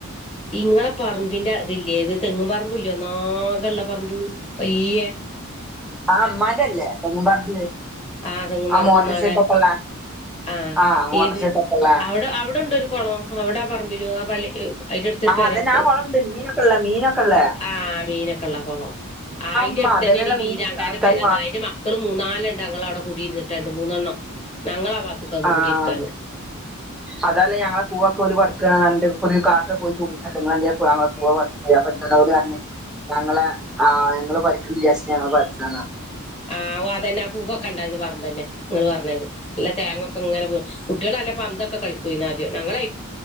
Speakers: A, on the left; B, in the centre.
A: ഇങ്ങളെ പറമ്പിന്റെ അതില്ലേ ഇത് തെങ്ങും പറമ്പ് മ്പില്ലോ ഒന്നാകള്ള പറമ്പ് വയ്യ
B: ആഹ് മ്മന്റല്ലേ തെങ്ങുംപറമ്പ്.
A: ആ തെങ് പറമ്പ്
B: മോട്ടർ
A: ഒന്നാകെ
B: ഷെഡ് ഒക്കെ ഉള്ള
A: ആഹ്
B: ആ മോട്ടർ
A: ഏത്
B: ഷെഡ് ഒക്കെ ഉള്ള
A: അവിടെ അവിടെണ്ടൊരു കൊളോ അവിടാ പറമ്പിലു ആ പള്ളി എ അയിന്റെ അടുത്തൊരു
B: ആ
A: പെരക്ക്
B: അതന്നെ ആ കുളണ്ട് മീനൊക്കെ ഉള്ള മീനൊക്കെ ഉള്ള
A: ആഹ് മീനൊക്കെള്ള ആ കൊളം. ആ അയിന്റെ
B: ഇമ്മ
A: അടുത്തെന്നെണ്
B: അതന്നെല്ല
A: ഈ
B: മീൻ
A: വീരാങ്കാന്റെ
B: ആൾക്കാർ
A: പെരന്ന അയിന്റെ മക്കളും മൂന്നാലുണ്ട് അങ്ങ അവിടെ കൂടിരുന്നിട്ട് രണ്ട് മൂന്നെണ്ണം. ഞങ്ങളാ ഭാഗത്ത്ക്കാന്ന്
B: ആഹ്
A: കൂടിയിരിക്കാന്
B: അതല്ലേ ഞങ്ങളെ പൂവൊക്കെ ഒരു <unintelligible> കാട്ട് ഒരു കാക്ക. <unintelligible> ങ്ങളെന്തിനാ ഞങ്ങളെ പൂവ് പറിച്ചില്ലോ അപ്പൊ അവര് പറഞ്ഞ് ഞങ്ങളെ ആ ങ്ങള് പറിക്ക്ണില്ലാച്ചിട്ട് ഞങ്ങള് പറിച്ചതാന്ന് പറഞ്ഞു.
A: ആ ഓ അതന്നെ ആ പൂകൊക്കെ ഉണ്ടായിന്ന് പറമ്പന്നെ ങ്ങള് പറഞ്ഞത് നല്ല തേങ്ങൊക്കെങ്ങനെ വീ കുട്ടികള പന്തൊക്കെ കളിക്കുവായിന്നു ആദ്യം ഞങ്ങളയ്